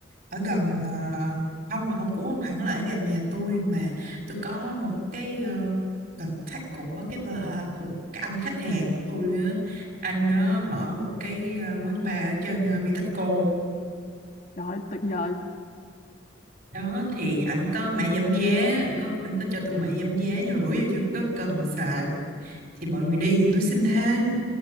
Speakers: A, on the right; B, on the left.
A: ở gần à, không mà không cũng không hẳn là ở gần nhà tôi mà tôi có một cái uh, contact của cái bờ- à, của cái anh khách hàng của tôi á. anh đó
B: ừ.
A: mở một cái à, quán bar ở trên uh, Bitexco
B: rồi tuyệt vời
A: đó thì anh có mẹ giảm giá anh có anh có cho tôi mẹ giảm giá nhưng mà bữa giờ chưa có cơ hội xài thì mọi người đi thì tôi xin thêm